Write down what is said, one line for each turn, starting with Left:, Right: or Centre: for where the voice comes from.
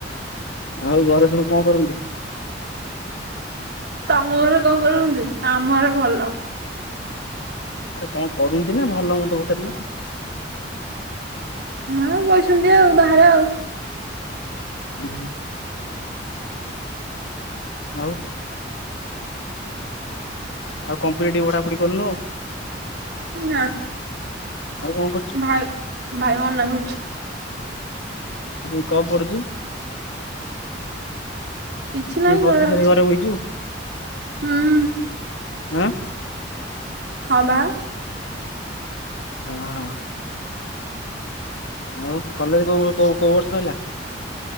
Left: ଆଉ ଘରେ ସବୁ କଣ କରନ୍ତି?
Right: ତମ ଘରେ କଣ କରୁଛନ୍ତି? ଆମ ଘରେ ଭଲ।
Left: ଆରେ କଣ କରୁଛନ୍ତି ନା ଭଲମନ୍ଦ ପଚାରିଲି ମୁଁ?
Right: ହଁ, ବହିଛନ୍ତି ଆଉ ବାହାରେ ଆଉ।
Left: ହୁଁ ଆଉ। ଆଉ କମ ପି ଟି ପି ପଢାପଢି କରୁନୁ ଆଉ
Right: ନା।
Left: ଆଉ କଣ କରୁଛୁ
Right: ଭାଇ ଭାଇ ମନା କରୁଛି।
Left: ଆଉ କଣ ପଡୁଚୁ?
Right: କିଛି ନାହିଁ
Left: ପ୍ଲସ ଥ୍ରି
Right: ଅଛି
Left: ସାରିକି ଘରେ ବଇଛୁ।
Right: ହୁଁ।
Left: ହଁ।
Right: ହଁ, ବା।
Left: ହଁ। ଆଉ କଲେଜ କୋ କୋଉ କୋଉ ବର୍ଷ ସରିଲା?